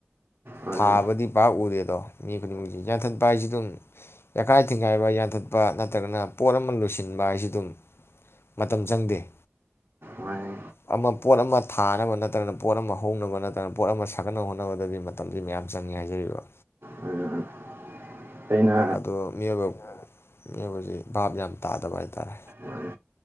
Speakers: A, on the right (about 75°); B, on the left (about 75°).
A: ꯃꯥꯅꯦ
B: ꯊꯥꯕꯗꯤ ꯄꯥꯛ ꯎꯔꯦꯗꯣ ꯃꯤ ꯈꯨꯗꯤꯡꯃꯛꯁꯤ ꯌꯥꯟꯊꯠꯄ ꯍꯥꯏꯁꯤ ꯑꯗꯨꯝ ꯌꯥꯈꯥꯏ ꯊꯤꯡꯒꯥꯏꯕ ꯌꯥꯟꯊꯠꯄ ꯅꯠꯇ꯭ꯔꯒꯅ ꯄꯣꯠ ꯑꯃ ꯂꯣꯏꯁꯤꯟꯕ ꯍꯥꯏꯁꯤ ꯑꯗꯨꯝ ꯃꯇꯝ ꯆꯪꯗꯦ
A: ꯃꯥꯅꯦ
B: ꯑꯃ ꯄꯣꯠ ꯑꯃ ꯊꯥꯅꯕ ꯅꯠꯇ꯭ꯔꯒꯅ ꯄꯣꯠ ꯑꯃ ꯍꯧꯅꯕ ꯅꯠꯇ꯭ꯔꯒꯅ ꯄꯣꯠ ꯑꯃ ꯁꯥꯒꯠꯅꯕ ꯍꯣꯠꯅꯕꯗꯗꯒꯤ ꯃꯇꯝꯗꯤ ꯃꯌꯥꯝ ꯆꯪꯉꯦ ꯍꯥꯏꯖꯔꯤꯕ
A: ꯃꯥꯅꯦ ꯃꯥꯅꯦ ꯑꯩꯅ
B: ꯑꯗꯣ ꯃꯤꯑꯣꯏꯕ ꯃꯤꯑꯣꯏꯕꯁꯤ ꯚꯥꯞ ꯌꯥꯝ ꯇꯥꯗꯕ ꯍꯥꯏ ꯇꯥꯔꯦ
A: ꯃꯥꯅꯦ